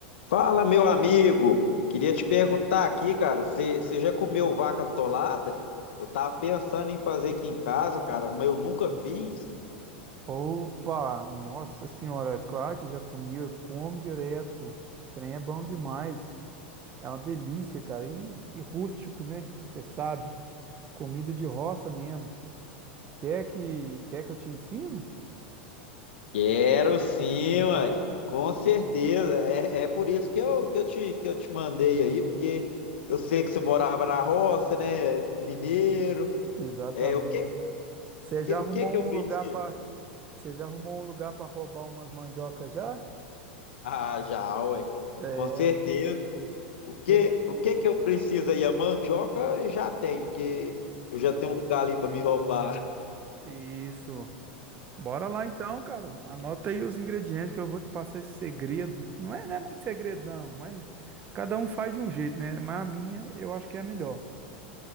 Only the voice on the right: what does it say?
Opa, nossa senhora, claro que já comi, eu como direto. Esse trem é bom demais. É uma delícia, cara. E, e rústico, né? Você sabe. Comida de roça mesmo. Quer que, quer que eu te ensino?
Exatamente.
Você
já arrumou
um
lugar para, você já arrumou um lugar para roubar umas mandioca já?
É,
porque
Isso.
isso. Bora lá então, cara. Anota aí os ingredientes que eu vou te passar esse segredo. Não é, não é muito segredo, não, mas cada um faz de um jeito, né? Mas a minha eu acho que é a melhor.